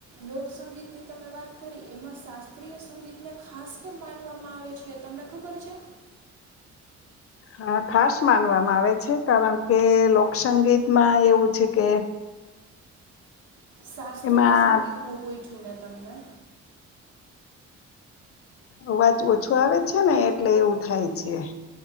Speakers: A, on the right (about 75°); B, on the left (about 50°).
A: લોકસંગીત ની તમે વાત કરી એમાં શાસ્ત્રીય સંગીતને ખાસ કેમ માનવામાં આવે છે તમને ખબર છે
B: હા ખાસ માનવામાં આવે છે કારણ કે લોકસંગીતમાં એવું છે કે
A: શાસ્ત્રીય
B: એમાં
A: સંગીતનો પોઈ છું મેં તમને
B: અવાજ ઓછો આવે છે ને એટલે એવું થાય છે